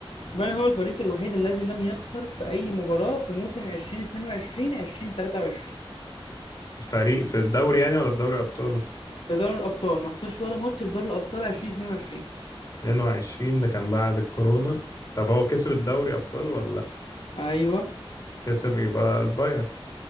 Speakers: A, on the left; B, on the left.
A: من هو الفريق الوحيد الذي لم يخسر في اي مباراة في موسم 2022 2023
B: فريق في الدوري يعني ولا في دوري ابطال
A: في دوري الابطال ما خسرش ولا ماتش في دوري الابطال 2022
B: 22 ده كان بعد الكورونا طب هو كسب الدوري ابطال ولا لا
A: ايوه
B: كسب يبقى الباير